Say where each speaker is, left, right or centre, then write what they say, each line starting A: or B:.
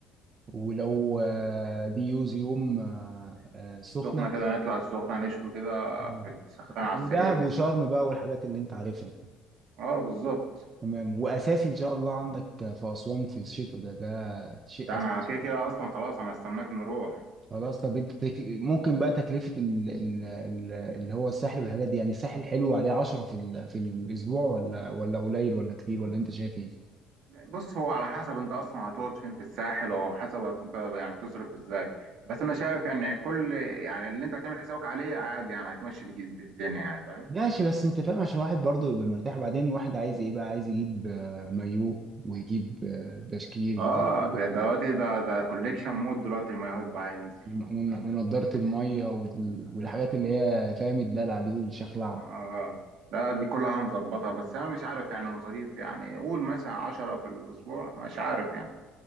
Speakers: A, on the right; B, on the right.
A: ولو آه، دي يوز يوم آه، آه، سخنه
B: السخنه كده نطلع السخنه نشوي كده
A: آه.
B: في السخان
A: ودهب
B: على السريع كده
A: وشرم بقى والحاجات اللي انت عارفها دي
B: اه بالظبط
A: تمام واساسي ان شاء الله عندك في اسوان في الشتاء ده ده شيء
B: ده
A: أساسي
B: انا كده كده اصلا خلاص انا استناك نروح
A: خلاص طب انت تك... ممكن بقى تكلفه ال... ال... ال... اللي هو الساحل والحاجات دي يعني الساحل حلو عليه 10 في ال... في الاسبوع ولا ولا قليل ولا كتير ولا انت شايف ايه؟
B: بص هو على حسب انت اصلا هتقعد فين في الساحل او حسب انت يعني بتصرف ازاي بس انا شايف يعني كل يعني اللي انت هتعمل حسابك عليه عادي يعني هتمشي بج- بالدنيا يعني فاهم
A: ماشي بس انت فاهم عشان الواحد برضه يبقى مرتاح وبعدين الواحد عايز ايه بقى عايز يجيب آه، مايوه ويجيب آه، بشكير بقى
B: اه
A: ويجيب
B: ده دلوقتي ده ده كوليكشن مود دلوقتي المايوهات بقى هينزل
A: ون- ونضاره الميه وال- والحاجات اللي هي فاهم الدلع دي والشخلعه
B: اه ده دي كلها هنظبطها بس انا مش عارف يعني المصاريف يعني قول مثلا 10 في الاسبوع مش عارف يعني